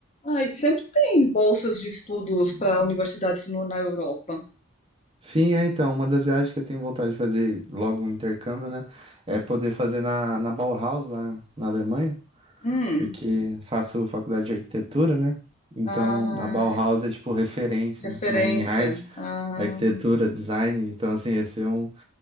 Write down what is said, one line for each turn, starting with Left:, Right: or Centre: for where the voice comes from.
Left: Ai, sempre tem bolsas de estudos para universidades no- na Europa.
Right: Sim, é então, uma das viagens que eu tenho vontade de fazer logo um intercâmbio, né? É poder fazer na, na Bauhaus, lá na Alemanha,
Left: Hum,
Right: porque faço faculdade de arquitetura, né? Então,
Left: ah,
Right: a Bauhaus é tipo referência,
Left: referência.
Right: né, em arte,
Left: Ah,
Right: arquitetura, design. Então, assim, esse é um,